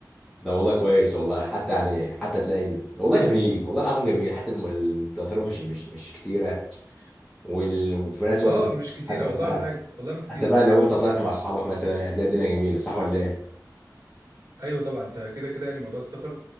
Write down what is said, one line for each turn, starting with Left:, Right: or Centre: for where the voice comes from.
Centre: ده والله كويس والله حتى يعني حتى تلاقي ال- والله جميل والله العظيم جميل حتى الم- التصرف مش مش مش كتيره وال- وفي نفس الوقت
Right: اه مش كتيره
Centre: حتى
Right: والله
Centre: بقى
Right: ولا حاجه والله ما كتيره
Centre: حتى بقى لو انت طلعت مع اصحابك مثلا هتلاقي الدنيا جميله صح ولا ايه؟
Right: ايوه طبعا انت كده كده يعني موضوع السفر